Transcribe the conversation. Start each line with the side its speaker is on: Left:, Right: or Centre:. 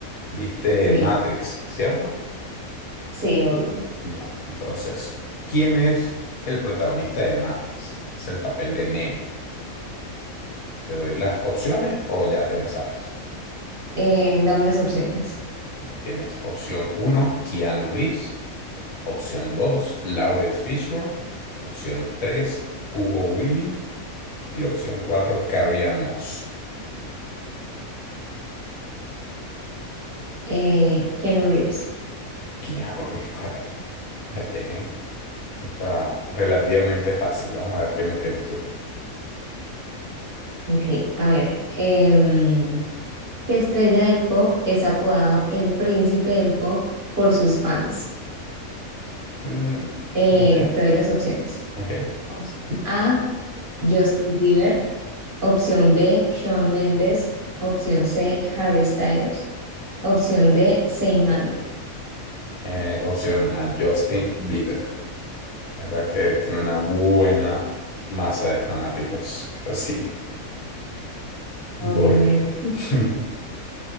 Left: ¿Viste
Right: Ok,
Left: Matrix, cierto?
Right: sí, obvio.
Left: Ya, entonces, ¿quién es el protagonista de Matrix? Es el papel de Neo. ¿Te doy las opciones o ya te las sabes?
Right: Eh, dame las opciones.
Left: Ya tienes opción uno, Keanu Reeves. Opción 2, Lawrence Fishburne. Opción 3, Hugo Weaving. Y opción 4, Carrie Ann Moss.
Right: Eh, Keanu Reeves.
Left: Keanu Reeves, correcto. Está bien. Está relativamente fácil. Vamos a ver qué me tienes tú.
Right: Ok, a ver. em, ¿qué estrella del pop es apodado el príncipe del pop por sus fans?
Left: Mm,
Right: Eh,
Left: ya,
Right: te doy las opciones.
Left: ok.
Right: Opción A, Justin Bieber. Opción B, Shawn Mendes. Opción C, Harry Styles. Opción D, Zayn Malik.
Left: Eh, opción A, Justin Bieber. La verdad que tiene una buena masa de fanáticos que lo sigue.
Right: Obviamente.
Left: Voy. <laughs>